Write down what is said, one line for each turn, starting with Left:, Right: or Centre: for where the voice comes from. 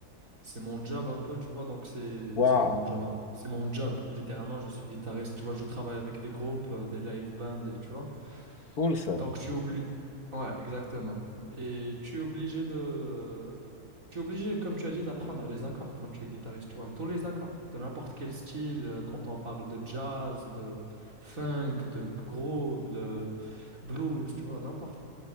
Right: c'est mon job un peu, tu vois. Donc c'est,
Left: Waouh,
Right: c'est pas mon job un peu, c'est mon job. Littéralement, je suis guitariste. Tu vois, je travaille avec des groupes, euh, des live bands, et tu vois.
Left: cool ça.
Right: Donc tu oublies. Ouais, exactement. Et tu es obligé de. Tu es obligé, comme tu as dit, d'apprendre les accords quand tu es guitariste, tu vois, tous les accords, de n'importe quel style, euh, quand on parle de jazz, de funk, de groove, de blues, tu vois, n'importe.